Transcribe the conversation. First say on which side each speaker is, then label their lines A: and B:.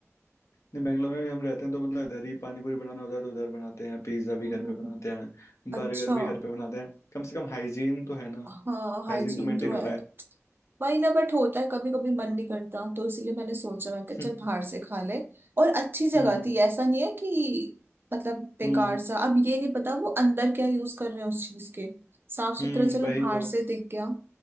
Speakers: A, on the left (about 65°); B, on the right (about 45°).
A: नहीं बेंगलोर में भी हम रहते हैं तो मतलब इधर ही पानी पूरी बनाना होता है तो उधर बनाते हैं पिज्जा भी
B: हम्म
A: घर पे
B: हम्म,
A: बनाते हैं
B: अच्छा
A: बर्गर भी घर पे बनाते हैं कम से कम हाइजीन तो है ना
B: हाँ हाइजीन
A: हाइजीन तो मेंटेन
B: तो है
A: हो रहा है
B: वही ना बट होता है कभी कभी मन नहीं करता तो इसलिए मैंने सोचा मैं कि चल
A: <laughs>
B: बाहर से खा ले और अच्छी जगह
A: हम्म
B: थी ऐसा नहीं है कि मतलब बेकार
A: हम्म
B: सा अब ये नहीं पता वो अंदर क्या यूज कर रहे हैं उस चीज के साफ सुथरा
A: हम्म
B: चलो
A: वही
B: बाहर
A: तो
B: से दिख गया